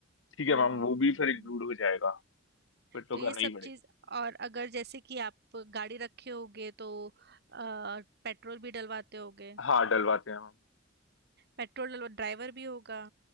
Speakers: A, on the left (about 75°); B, on the right (about 55°).
A: ठीक है
B: हम्म
A: मैम
B: हम्म
A: वो
B: हम्म
A: भी फिर इंक्लूड हो जाएगा फिर तो
B: तो ये
A: करना
B: सब
A: ही पड़ेगा
B: चीज और अगर जैसे कि आप गाड़ी रखे होगे तो अ, पेट्रोल भी डलवाते होगे
A: हाँ डलवाते हैं मैम
B: पेट्रोल डलवा ड्राइवर भी होगा।